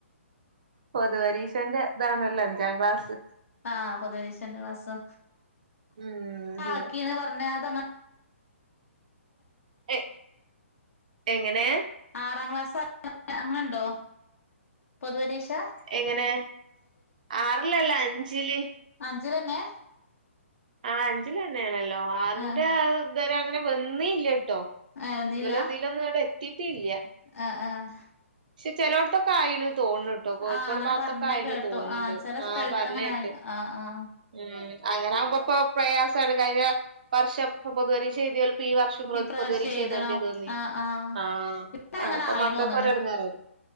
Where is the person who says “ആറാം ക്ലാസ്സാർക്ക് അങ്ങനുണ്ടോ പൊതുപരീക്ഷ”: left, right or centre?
Left